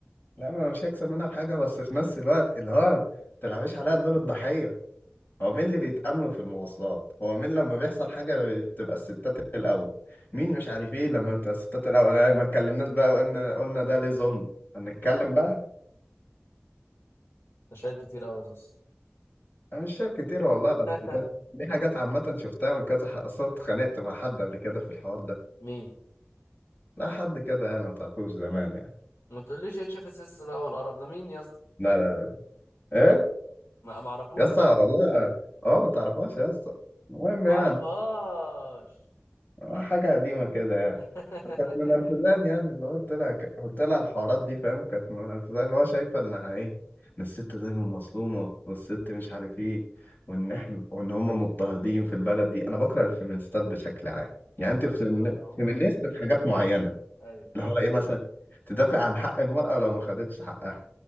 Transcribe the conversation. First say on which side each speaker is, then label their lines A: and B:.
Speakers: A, on the left (about 45°); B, on the left (about 70°).
A: لا ما انا مش هكسب منها في حاجه بس في نفس الوقت اللي هو ما تلعبيش عليا دور الضحيه هو مين اللي بيتأملوا في المواصلات هو مين لما بيحصل حاجة بتبقى الستات الأول مين مش عارف ايه لما بتبقى الستات الأول أنا ما اتكلمناش بقى وقلنا قلنا ده ليه ظلم هنتكلم بقى
B: انت شايل كتير قوي يا زوز
A: أنا مش شايف كتير والله أصل
B: <laughs>
A: ده دي حاجات عامة شفتها من كذا حق أصل أنا اتخانقت مع حد قبل كده في الحوار ده
B: مين
A: لا حد كده يعني ما تعرفوش زمان يعني
B: ما تقوليش اتش اف اس اس بقى والقرف ده مين يا اسطى
A: لا لا إيه
B: ما ما اعرفوش
A: يا اسطى والله أه ما تعرفهاش يا اسطى المهم يعني
B: ما اعرفهاش
A: آه، حاجة قديمة كده يعني
B: <laughs>
A: فكانت منرفزاني يعني اللي هو قلت لها ك- قلت لها الحوارات دي فاهم كانت منرفزاني اللي هو شايفة إنها إيه إن الست دايما مظلومة والست مش عارف إيه وإن إحنا وإن هما مضطهدين في البلد دي أنا بكره الفيمينيستات بشكل عام يعني أنت فيمين-
B: عموما
A: فيمينيست في حاجات معينة
B: ايوه
A: اللي
B: ايوه
A: هو إيه مثلا تدافع عن حق المرأة لو ما خدتش حقها